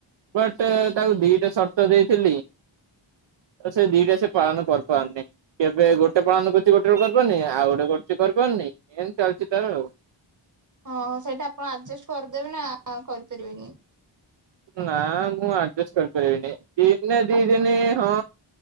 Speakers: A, on the right; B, on the right.
A: ବଟ୍ ତାକୁ ଦିଟା ସର୍ତ ଦେଇଥିଲି। ତ ସେ ଦିଟା ସେ ପାଳନ କରି ପାରୁନି। କେବେ ଗୋଟେ ପାଳନ କରୁଚି ଗୋଟେ ରୁ କରିପାରନି ଆଉ ଗୋଟେ କରୁଚି କରିପାରୁନି ଏମିତି ଚାଲିଚି ତାର ଆଉ।
B: ହଁ ସେଇଟା ଆପଣ ଆଡଜେଷ୍ଟ କରିଦେବେ ନା କରିପାରିବେନି?
A: ନା ମୁଁ ଆଡଜଷ୍ଟ କରିପାରିବିନି ଦିନେ ଦି ଦିନି ହଁ।